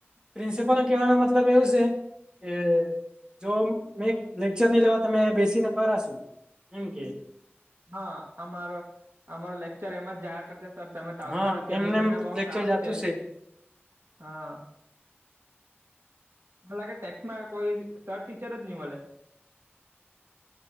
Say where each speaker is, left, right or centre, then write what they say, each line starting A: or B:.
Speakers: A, on the right (about 20°); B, on the right (about 70°).
A: પ્રિન્સિપલને કહેવાનો મતલબ એવું છે. કે જો મે લેક્ચર નહી લેવા તમે બેસીને કરાશુ એમ કે
B: હા અમારો અમારો લેક્ચર એમાં જાયા કરતા તમે તો આવતા
A: હા
B: નથી
A: એમને
B: એમ બી તમને બહ
A: લેક્ચર
B: કામ
A: જાતું
B: છે હા મ લાગે ટેક્સ માં કોઈ સર ટીચર જ નહી મળે